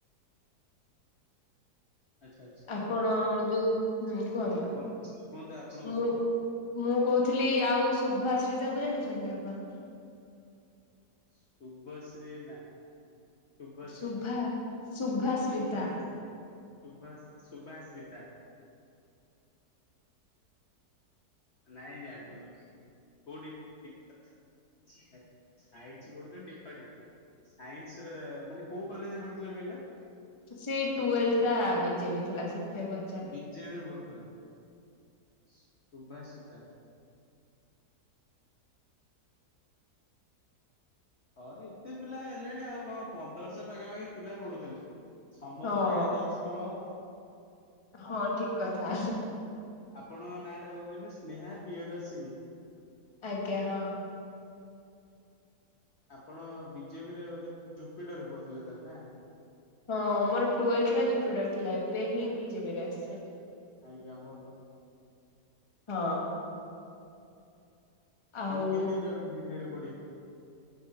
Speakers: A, on the left; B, on the left.
A: ଆଚ୍ଛା ଆଚ୍ଛା
B: ଆପଣ ଯୋଉ ହୁଁ କୁହନ୍ତୁ
A: ହଁ କୁହନ୍ତୁ ଆପଣ କୁହନ୍ତୁ।
B: ମୁଁ ମୁଁ କହୁଥିଲି ଆଉ ଶୁଭାଶ୍ରୀତା କୁ ଜାଣିଛନ୍ତି ଆପଣ?
A: ଶୁଭଶ୍ରୀ? ନା। ଶୁଭଶ୍ରୀ?
B: ଶୁଭା ଶୁଭାଶ୍ରୀତା
A: ଶୁଭାଶ୍ରୀ? ଶୁଭାଶ୍ ଶୁଭାଶ୍ରୀତା। ନାଇଁ ଜାଣିନୁ କୋଉଠି <unintelligible> ସା ସାଇନ୍ସ ପଢୁଛନ୍ତି <unintelligible> ସାଇନ୍ସ ରେ ମାନେ କୋଉ କଲେଜରେ ପଢୁଥିଲେ କହିଲେ?
B: ସେ ଟୁଏଲଥ୍ ଟା ବିଜେବି ଥିଲା ସେଥିପାଇଁ ବୋ
A: ବିଜେବି ରେ ପଢୁଥିଲା? ସୁଭାସିତା। ହଁ ଏତେ ପିଲା ହେଲେଣି ଆଉ କଁ ପନ୍ଦରଶହ ପାଖାପାଖି ପିଲା ପଢୁଥିଲେ। ସମତକୁ
B: ହଁ।
A: ଜାଣିବା ତ ଅସମ୍ଭବ।
B: ହଁ
A: ଆପଣ
B: ଠିକ କଥା
A: ଆପଣଙ୍କ ନାଁ ଟା କଁ କହିଲେ ସ୍ନେହା ପ୍ରିୟଦର୍ଶିନୀ?
B: ଆଜ୍ଞା ହଁ।
A: ଆପଣ ବିଜେବି ରେ ବୋଧେ ଜୁପିଟର ରେ ପଢୁଥିଲେ ତାହାଲେ ନା।
B: ହଁ ମୋର ଟୁଏଲଥ୍ ଟା ଜୁପୀଟର ଥିଲା ଏବେ ହିଁ ବିଜେବି ରେ ଆସଛି ଆଉ।
A: ଆଜ୍ଞା ଭଲ।
B: ହଁ। ଆଉ
A: ଆମକୁ କେମିତି ଲାଗୁଛି ବିଜେବି ରେ ପଢ଼ିକି?